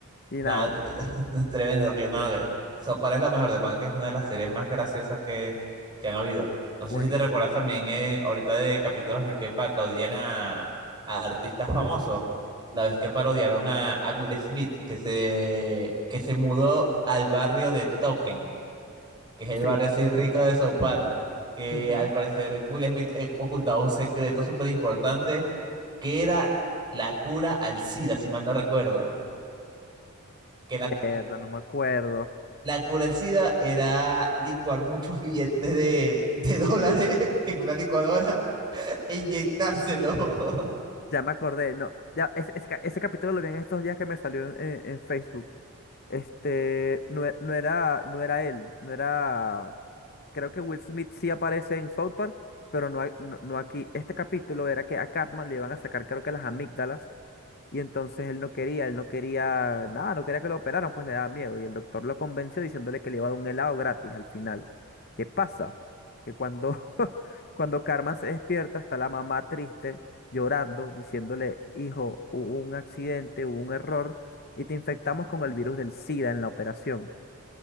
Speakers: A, on the left; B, on the right.
A: Y
B: Nada,
A: nada,
B: <laughs> tremendo que no, que Sopar es lo mejor de pana, que es una de las series más graciosas que, que han habido. No sé
A: buenísimo.
B: si te recuerdas también eh, ahorita de capítulos de que parodian a, a artistas famosos. La vez que parodiaron a, a Will Smith, que se, que se mudó al barrio de Token, que es el
A: Sí.
B: barrio así rico de Sopar, que
A: Ujú.
B: al parecer Will Smith eh, ocultaba un secreto súper importante, que era la cura al SIDA, si mal no recuerdo que la,
A: Mierda, no me acuerdo.
B: La cura del SIDA era licuar muchos billetes de, de dólares <laughs> en una licuadora e inyectárselo.
A: Ya me acordé, no. Ya, ese, ese, ca- ese capítulo lo vi en estos días que me salió en, en- Facebook. Este, no, e- no era, no era él, no era. Creo que Will Smith sí aparece en South Park, pero no, a- no, no aquí. Este capítulo era que a Cartman le iban a sacar, creo que las amígdalas. Y entonces él no quería, él no quería nada, no quería que lo operaran, pues le daba miedo. Y el doctor lo convenció diciéndole que le iba a dar un helado gratis al final. ¿Qué pasa? Que cuando, <laughs> cuando Carmen se despierta, está la mamá triste, llorando, diciéndole, hijo, hubo un accidente, hubo un error, y te infectamos con el virus del SIDA en la operación.